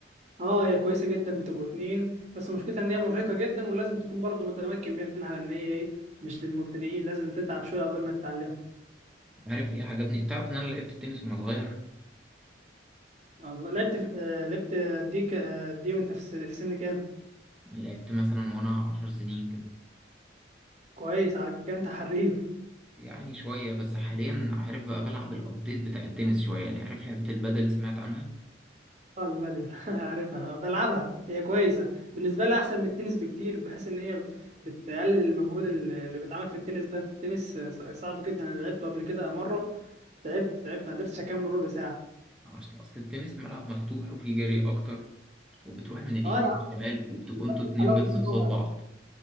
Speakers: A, on the right (about 40°); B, in the centre.
A: اه هي كويسة جدا بتبقوا اتنين بس مشكلتها ان هي مرهقة جدا ولازم تكون برضو متمكن منها لان هي ايه مش للمبتدئين لازم تتعب شوية قبل ما تتعلمها
B: عارف إيه عجبني تعرف إن أنا لعبت تنس وأنا صغير
A: الله لعبت في... آه لعبت دي ك... آه، دي وانت في سن... في سن كام
B: لعبت مثلا وأنا عشر سنين كده
A: كويس على كده انت حريف
B: يعني شوية بس حاليا عارف بقى بلعب الأبديت بتاع التنس شوية يعني عارف لعبة البادل سمعت عنها
A: اه البادل <laughs> عارفها بلعبها هي كويسه بالنسبه لي احسن من التنس بكتير بحيث ان هي بت- بتقلل المجهود ال- اللي بيتعمل في التنس ده التنس ص- صعب جدا انا لعبته قبل كده مره تعبت تعبت ما قدرتش اكمل ربع ساعه
B: أصل أصل التنس ملعب مفتوح وفيه جري أكتر وبتروح من اليمين
A: اه يا عم
B: للشمال وبتبقوا
A: البادل
B: أنتوا اتنين
A: حلاوه
B: بس
A: إن هو-
B: قصاد بعض